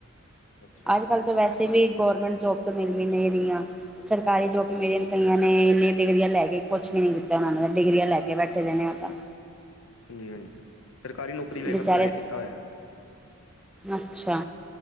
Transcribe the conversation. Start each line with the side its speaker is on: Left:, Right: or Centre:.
Left: ਅੱਛਾ
Centre: ਅੱਜਕੱਲ ਵੈਸੇ ਵੀ ਗੌਰਮੈਂਟ ਜੋਬ ਤੋਂ ਮਿਲ ਵੀ ਨਹੀਂ ਰਹੀਆਂ, ਸਰਕਾਰੀ ਜੋਬ ਵੀ ਮੇਰੀ
Left: ਹਾਂਜੀ
Centre: ਕਈਆਂ ਨੇ ਇੰਨੇ ਡਿਗਰੀਆਂ ਲੈ ਕੇ ਕੁਛ ਵੀ ਨਹੀਂ ਕੀਤਾ ਉਹਨਾਂ ਨੇ ਡਿਗਰੀਆਂ ਲੈ ਕੇ ਬੈਠੇ ਦੇ ਨੇ ਆਪਾਂ।
Left: ਹਾਂਜੀ-ਹਾਂਜੀ, ਸਰਕਾਰੀ ਨੌਕਰੀ ਲਈ ਵੀ
Centre: ਵਿਚਾਰੇ
Left: ਮੈਂ ਅਪਲਾਈ ਕੀਤਾ ਹੋਇਆ।
Centre: ਅੱਛਾ